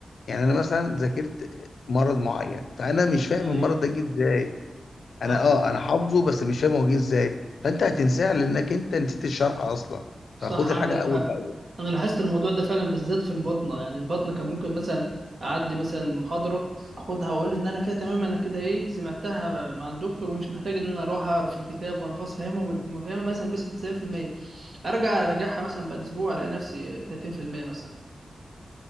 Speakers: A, on the left; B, on the right.
A: يعني أنا مثلا ذاكرت مرض معين فأنا مش فاهم
B: ايوه
A: المرض ده جه إزاي
B: صح
A: انا اه انا حافظه بس مش فاهم هو جه ازاي فانت هتنساه لانك انت نسيت الشرح اصلا
B: صح
A: فخد الحاجه
B: عندك حق
A: اول باول
B: انا لاحظت الموضوع ده فعلا بالذات في البطنه يعني البطنه كان ممكن مثلا اعدي مثلا محاضره اخدها واقول ان انا كده تمام انا كده ايه سمعتها مع الدكتور ومش محتاج ان انا اروح اعرف الكتاب وانا خلاص فاهمه وفاهمه مثلا بس 90% ارجع اراجعها مثلا بعد اسبوع الاقي نفسي 30% مثلا